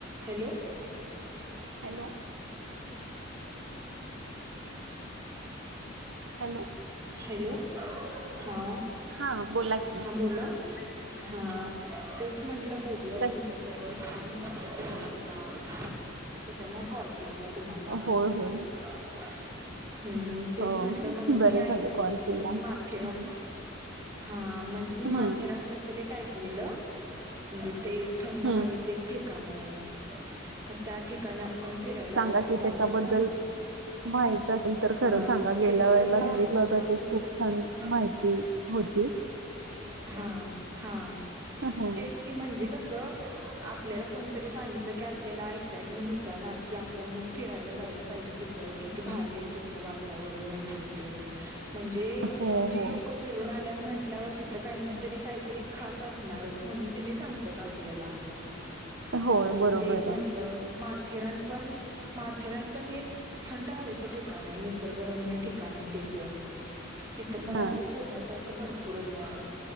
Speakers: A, on the right; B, on the right.
A: Hello
B: hello hello
A: hello हां
B: हा बोला की
A: हा बोला हा तेच म्हणल आपलं बोलूया
B: कस
A: तुमच्यासोबत टाईमट बोलूया त्याच्यामुळे कॉल केलेला तुम्हाला
B: होय होय
A: हम्म तेच
B: हो
A: म्हणटल म्हणजे मी
B: बरं झालं
A: आइकलेल
B: कॉल
A: की
B: केला हम्म
A: माथेरन हा म्हणजे मी माथेरानबद्दल
B: हम्म
A: एक ऐकलेलं म्हणजे ते थंड
B: हम्म
A: हवेच एक ठिकाण आहे मग त्या ठिकाणी आपण फिरायला
B: सांगा
A: वगैरे
B: की
A: जाऊया
B: त्याच्याबद्दल
A: ना
B: माहित असेल तर
A: हा
B: खरं सांगा गेल्या
A: त्याच्याबद्दल
B: वेळेला सांगितलं
A: आहे सोडा भरपूर
B: खूप छान माहिती होती
A: हा हा
B: हा.
A: तेच की म्हणजे कसं आपल्याला कोणतरी सांगितलं की आपल्याला एक्साइटमेंट होत्या ना की आपण फिरायला जायला पाहिजे पाहिजे तिथं किती भारी आहे तिथलं वातावरण वगैरे ते म्हणजे
B: हो
A: जी
B: हो
A: लोक फिरून आल्यात म्हटल्यावर तिथ काही ना तरी काहीतरी खास असणारच म्हणून तिनी सांगत्यात आपल्याला
B: होय बरोबर
A: मग तेच म्हंटलं
B: आहे
A: म थिराणपण माथेराणपण हे थंड हवेचं ठिकाण आहे निसर्गरम्य ठिकाण आहे ते प तिथं पण
B: हा
A: असं फिरण्यासारखं भरपूरच आहे